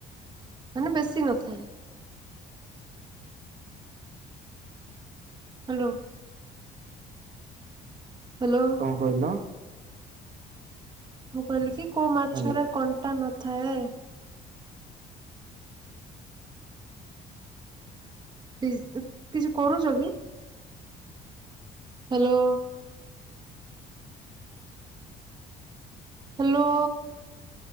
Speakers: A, on the right (about 25°); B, on the right (about 55°).
A: ମାନେ ବେଶୀ ନଥାଏ? ହ୍ୟାଲୋ। ହ୍ୟାଲୋ
B: କଣ କହିଲ?
A: ମୁଁ କହିଲି କି କୋଉ ମାଛରେ
B: ହ୍ୟାଲୋ
A: କଣ୍ଟା ନଥାଏ? କିଛି କରୁଛ କି? ହ୍ୟାଲୋ। ହ୍ୟାଲୋ।